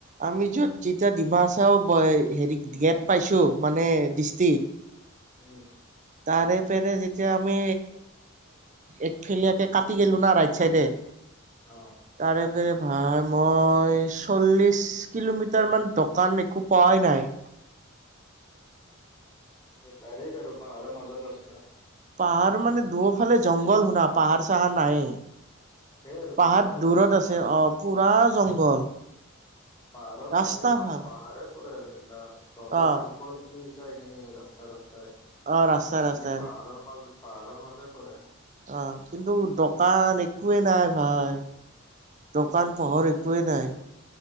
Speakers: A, on the right; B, on the left.
A: আমি যত যেতিয়া ডিমাহাচাও হেৰি গেট পাইছো মানে ডিষ্ট্ৰিক
B: উম
A: তাৰে পাৰে যেতিয়া আমি একফেল একে কাটি গেলো না ৰাইট চাইডে
B: অ
A: তাৰে পেৰে ভাই মই চল্লিছ কিলোমিটাৰমান দোকান একো পোৱাই নাই
B: বাৰেজ আৰু পাহাৰা মাজৰ ৰাস্তা
A: পাহাৰ মানে দুয়ফালে জংঘল শুনা পাহাৰ চাহাৰ নাইয়ে
B: সেই আৰু জংঘলৰ
A: পাহাৰ দূৰত
B: মাজেদি
A: আছে
B: মানে
A: আহ পুৰা জংঘল
B: পাহাৰৰ মাজে
A: ৰাস্তা
B: মা
A: ভাল
B: পাহাৰে হয় ততে
A: অ
B: এটা উপৰ কি কিন ৰাস্তা ৰাস্তা <unintelligible> হয় সেইপিনে
A: অ ৰাস্তা ৰাস্তা
B: পাহাৰৰ পৰা পাহাৰৰ মাজৰ পৰা
A: আহ কিন্তু দোকান একোৱেই নাই ভাই দোকান
B: অ
A: পহৰ একোই নাই